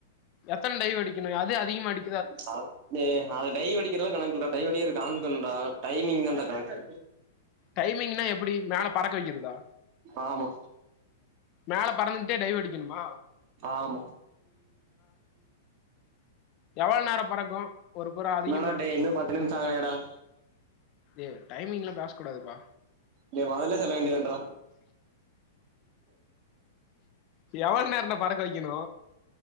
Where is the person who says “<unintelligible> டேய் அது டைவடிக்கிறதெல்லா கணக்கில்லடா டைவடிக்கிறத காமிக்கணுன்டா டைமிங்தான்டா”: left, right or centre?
Right